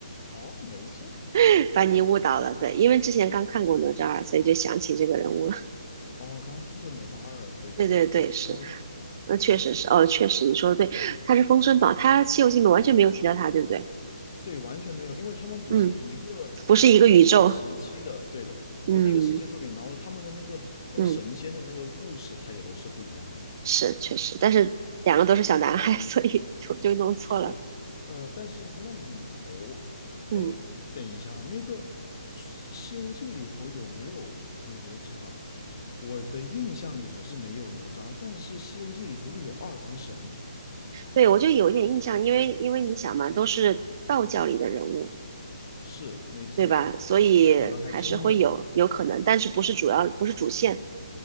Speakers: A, on the left; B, on the right.
A: 哦，没事儿。
B: <laughs> 把你误导了。对，因为之前刚看过哪吒二，所以就想起这个人物了。
A: 哦，刚看过哪吒二，
B: <laughs>
A: 所以就是，
B: 对对对，是，
A: 哦，那
B: 那确实是，哦，确实你说的对，他是封神榜，他《西游记》里面完全没有提到他，对不对？
A: 对，完全没有，因为他们不是一个同，
B: 嗯，不是一个宇宙。
A: 不是一个时期的，对的，
B: 嗯
A: 不是一个时期的作品。然后他们的那个那个神仙的那个故事，
B: 嗯，
A: 它也都是不一样的。
B: 是确实，但是两个都是小男孩，<laughs> 所以就就弄错了。
A: 是，呃，但是那里头，
B: 嗯，
A: 哎，等一下，那个《西西游记》里头有没有哪吒？我的印象里头是没有哪吒，但是《西游记》里头又有二郎神，
B: 对，我就有一点印象，因为因为你想嘛，都是道教里的人物，
A: 是，没错，
B: 对吧？所以还是会有有可能，
A: 那可能还真有，
B: 但是不是主要，不是主线。